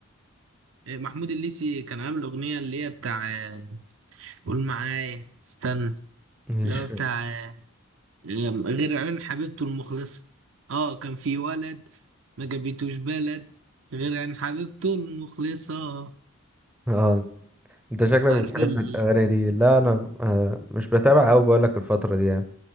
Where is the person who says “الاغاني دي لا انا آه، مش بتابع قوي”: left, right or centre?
Centre